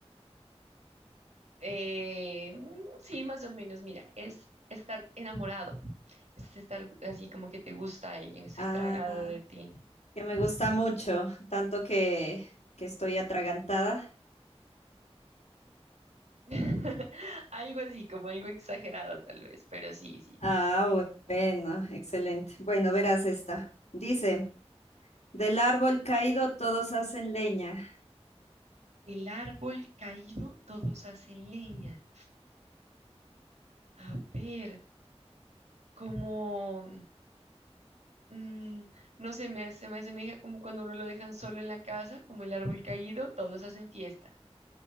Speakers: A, on the right; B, on the left.
A: Eh, sí, más o menos, mira, es estar enamorado, es estar así como que te gusta alguien, estoy
B: ah,
A: tragado de ti.
B: que me
A: Ujú.
B: gusta mucho, tanto que, que estoy atragantada.
A: <laughs> Algo así, como algo exagerado tal vez, pero sí, sí.
B: Ah, bueno, excelente. Bueno, verás esta. Dice, del árbol caído todos hacen leña.
A: El árbol caído, todos hacen leña. A ver, como, mm, no sé, me, se me asemeja como cuando uno lo dejan solo en la casa, como el árbol caído, todos hacen fiesta,